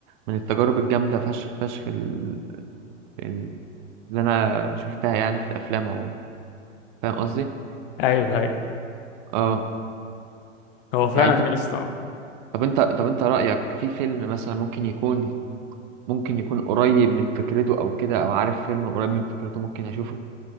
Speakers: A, on the right (about 40°); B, on the left (about 45°).
A: من التجارب الجامدة فشخ فشخ ال- ال- اللي انا شفتها يعني في الافلام اهو فاهم قصدي
B: ايوه ايوه
A: اه
B: هو فعلا
A: يعني انت
B: يا اسطى
A: طب انت طب انت رأيك في فيلم مثلا ممكن يكون ممكن يكون قريب من فكرته او كده او عارف فيلم قريب من فكرته ممكن اشوفه